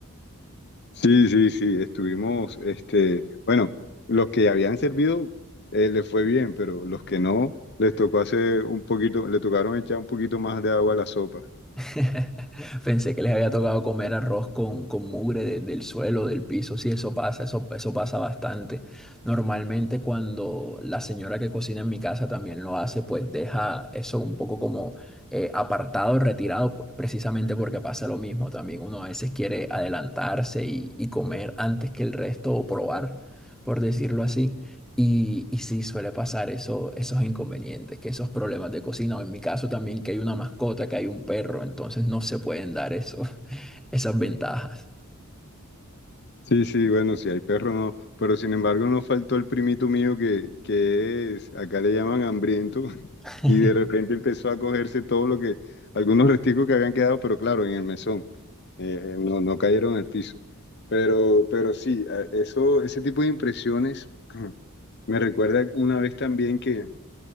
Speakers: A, on the left; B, in the centre.
A: Sí, sí, sí, estuvimos, este, bueno, los que habían servido eh, les fue bien, pero los que no, les tocó hacer un poquito, le tocaron echar un poquito más de agua a la sopa.
B: <laughs> Pensé que les había tocado comer arroz con, con mugre de- del suelo, del piso. Sí, eso pasa, eso, eso pasa bastante. Normalmente cuando la señora que cocina en mi casa también lo hace, pues deja eso un poco como eh, apartado, retirado, pues, precisamente porque pasa lo mismo también. Uno a veces quiere adelantarse y, y comer antes que el resto o probar, por decirlo así. Y, y sí, suele pasar eso, esos inconvenientes, que esos problemas de cocina, o en mi caso también que hay una mascota, que hay un perro, entonces no se pueden dar eso, <laughs> esas ventajas.
A: Sí, sí, bueno, si hay perro no, pero sin embargo no faltó el primito mío que, que es, acá le llaman hambriento, <laughs>
B: <laughs>
A: y de repente empezó a cogerse todo lo que, algunos resticos que habían quedado, pero claro, en el mesón, eh, no, no cayeron al piso. Pero, pero sí, eh, eso, ese tipo de impresiones <clears throat> me recuerda una vez también que,